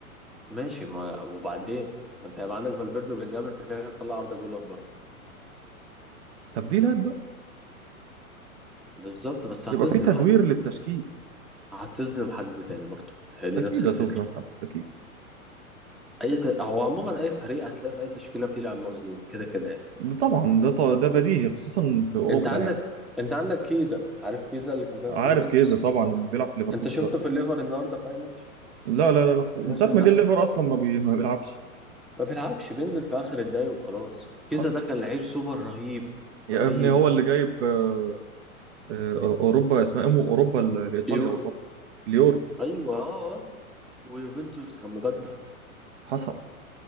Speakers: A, in the centre; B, on the right (about 50°).
A: ماشي ما وبعدين ما انت هيبقى عندك فالفيردي وبلينجهام انت كده تطلع اردا جولر بره
B: تبديلات بقى
A: بالظبط بس هتظلم
B: يبقى في تدوير
A: حد
B: للتشكيل
A: هتظلم حد تاني برضه هي دي
B: اكيد
A: نفس الفكره
B: هتظلم حد اكيد
A: اي ت... هو عموما اي فريق هتلاقي في اي تشكيله فيه لاعب مظلوم كده كده يعني
B: ده طبعا ده ط- ده بديهي خصوصا في اوروبا
A: انت عندك
B: يعني
A: انت عندك كيزا عارف كيزا اللي كان بيلعب
B: عارف
A: في اليوفنتوس
B: كيزا طبعا اللي بيلعب في ليفربول
A: انت شفته
B: دلوقتي
A: في الليفر النهارده في اي ماتش
B: لا لا لا لا،
A: الموسم
B: من ساعه ما
A: ده
B: جه الليفر اصلا ما, بي... ما بيلعبش
A: ما بيلعبش بينزل في اخر الدقايق وخلاص
B: حصل
A: كيزا ده كان لعيب سوبر رهيب
B: يا
A: رهيب
B: ابني هو اللي جايب آه، آه، اوروبا اسمها ايه اوروبا ل- لايطاليا
A: يورو
B: والله اليورو
A: ايوه اه اه ويوفنتوس كان مبدع
B: حصل